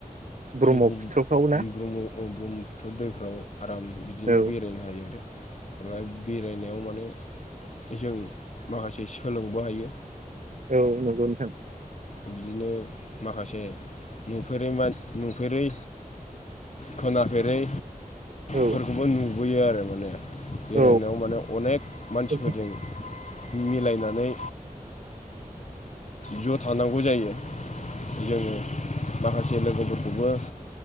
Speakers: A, on the right; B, on the left.
A: ब्रह्मपुत्रफ्राव
B: <unintelligible> ब्रह्म
A: ना
B: ब्रह्मपुत्र दैफोराव आराम बिदिनो
A: औ
B: बेरायनो हायो आरो। ओमफ्राय बेरायनायाव माने जों माखासे सोलोंबो हायो।
A: औ नंगौ नोंथां।
B: बिदिनो माखासे नुफेरै मा नुफेरै खोनाफेरै
A: औ
B: फोरखौबो नुबोयो आरो माने। बेरायनायाव
A: औ
B: माने अनेक मानसिफोरजों
A: औ
B: मिलायनानै ज' थानांगौ जायो जोङो माखासे लोगोफोरखौबो